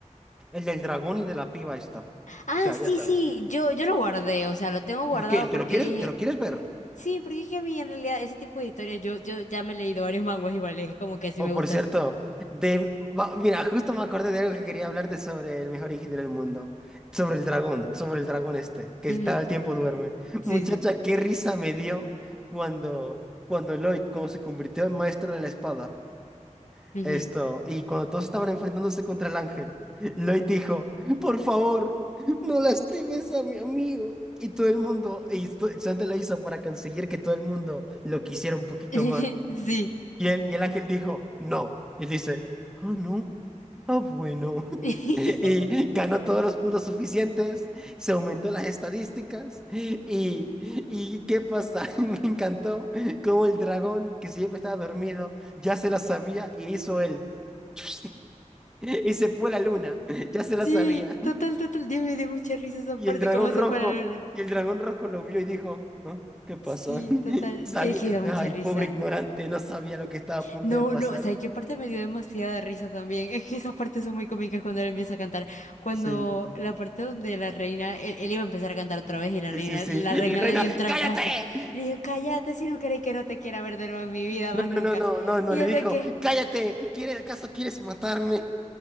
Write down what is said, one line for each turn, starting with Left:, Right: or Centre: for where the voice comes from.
Centre: El del dragón y de la piba esta.
Left: Ah,
Centre: O sea,
Left: sí,
Centre: ya sabes.
Left: sí. Yo, yo lo guardé, o sea, lo tengo guardado
Centre: Lo que- ¿Te
Left: porque
Centre: lo quieres,
Left: dije,
Centre: te lo quieres ver?
Left: Sí, porque es que a mí en realidad ese tipo de historias, yo, yo ya me he leído varios manguas iguales, es como que sí
Centre: O
Left: me gusta
Centre: por cierto,
Left: ese.
Centre: de, va- mira, justo me acordé de algo que quería hablarte sobre el mejor ingeniero del mundo. Sobre el dragón, sobre el dragón este, que
Left: Ujú,
Centre: cada el tiempo duerme.
Left: Sí,
Centre: Muchacha,
Left: sí.
Centre: qué risa me dio cuando, cuando Lloyd, como se convirtió en maestro de la espada.
Left: ujú,
Centre: Esto, y cuando todos estaban enfrentándose contra el ángel, Lloyd dijo, por favor, no lastimes a mi amigo. Y todo el mundo, y esto- Santa lo hizo para conseguir que todo el mundo lo quisiera un poquito
Left: <laughs>
Centre: más.
Left: Sí.
Centre: Y él, y el ángel dijo, no. Y él dice, ah, no, ah, bueno
Left: <laughs>
Centre: y ganó todos los puntos suficientes, se aumentó las estadísticas y, y ¿qué pasa? <laughs> Me encantó cómo el dragón que siempre estaba dormido ya se la sabía y hizo él. <laughs> Y se fue la luna, ya se
Left: Sí,
Centre: la sabía.
Left: total, total. Dios me dio mucha risa esa
Centre: Y
Left: parte,
Centre: el dragón
Left: cómo se
Centre: rojo,
Left: pararon. a-
Centre: y el dragón rojo lo vio y dijo, "¿Ah? ¿Qué pasó?
Left: Sí,
Centre: <laughs>
Left: total.
Centre: Sabía-
Left: Es que da mucha
Centre: Ay,
Left: risa.
Centre: pobre ignorante, no sabía lo que estaba a punto
Left: No,
Centre: de pasar.
Left: no, o sea, qué parte me dio demasiada risa también. Es que esas partes son muy cómicas cuando él empieza a cantar. Cuando
Centre: Sí,
Left: la parte donde la reina, él, él iba a empezar a cantar otra vez y la
Centre: sí,
Left: reina,
Centre: sí, sí.
Left: la
Centre: Y
Left: reina
Centre: la reina,
Left: le dio un trancazo.
Centre: ¡cállate!
Left: Y le dijo, cállate si no querés que no te quiera ver de nuevo en mi vida
Centre: No,
Left: más nunca.
Centre: no, no, no, no,
Left: Y
Centre: le
Left: él
Centre: dijo,
Left: de que,
Centre: cállate, ¿quiere, acaso quieres matarme?